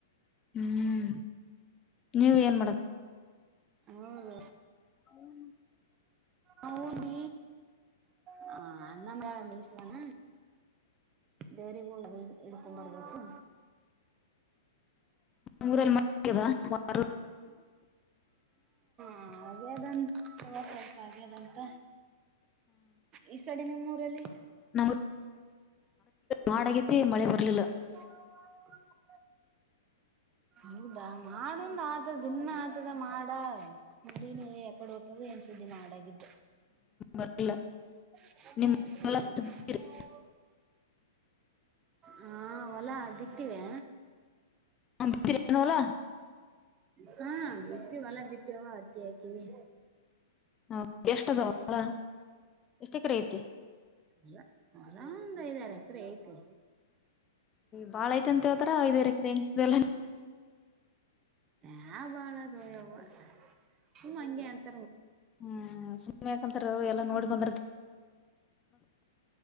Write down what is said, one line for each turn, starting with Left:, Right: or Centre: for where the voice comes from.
Left: ಹ್ಮ್ ನೀವ ಏನ್ ಮಾಡದು
Right: ಹೌದ
Left: ಹ್ಮ
Right: ಹೌದ ಹ ಅನ್ನ ಮೇಲೆ ಮೀಸವಣ ಜರಿಗ ಂಬರ್ಬೇಕು
Left: ನರಲ್ಲಿ ಮಾಡ
Right: ಹಾ ಅ್ಯದಂತ ಸ್ವಲ್ಪ ಅ್ಯದಂತ ಈ ಕಡೆ ನಿಮ್ಮ ೂರಲ್ಲಿ
Left: ನಮ ಮಾಡಗಿದ್ದ ಮಳೆ ಬರ್ಲಿಲ್ಲ
Right: ಹ್ಮ ಹೌದಾ ಮಾಡಂದ್ ಆತದ ದಿನ್ನ ಆತದ ಮಾಡ ನಡಿನ ಯಕಡೆ ಹತದ ುದ್ದಿ ಮಾಡಿದ್ದ
Left: ಬರ್ಲಿಲ್ಲ
Right: ಹ್ಮ
Left: ನಿಮ್ ಬಿತ್ತೀರಿ?
Right: ಹಾ ಹೊಲಾ ಬಿಟ್ಟಿದೆ
Left: ಹ ಬಲ
Right: ಹಾ ಬಿತ್ೀ ಹೊಲ್ಲ ಬಿತ್ತೇವ ಅತ್ತಿ ಹಾಕಿವವಿ
Left: ಹೌ ಎಷ್ಟ ಅದಳ ಎಷ್ಟ ಎಕರೆ ಐತೆ
Right: ಅಲ್ಲ ಅಲ ಒಂದ್ ಐದಾರು ಎಕರೆ ಐತಿ
Left: ಬಾಳ ಐತೆ ಅಂತ ಹವತಾರ ಐದ್ ರಕ್ರ ಎಂತಲ್ಲ
Right: ಹ ಬಾಳ ಅದು್ಯವ ಹ ಹಂಗಗೆ ಅಂತ
Left: ಹ್ಮ್ ಸ ಯಾಕಂತ ಎಲ್ಲಾ ನೋಡಿ ಬಂದ್ರ